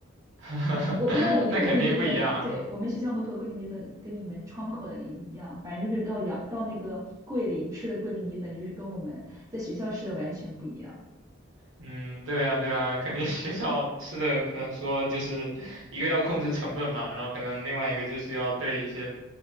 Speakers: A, on the right (about 70°); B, on the right (about 15°).
A: <laughs>
B: <laughs> 我不知道我的桂林米粉，
A: 那肯定不一样。
B: 对，我们学校门口桂林米粉跟你们窗口的一不一样，反正就是到阳到那个桂林吃的桂林米粉，就是跟我们在学校吃的完全不一样。
A: 嗯，对呀，对呀，肯定学校吃的可能说就是一个要控制成本嘛，然后可能另外一个就是要对一些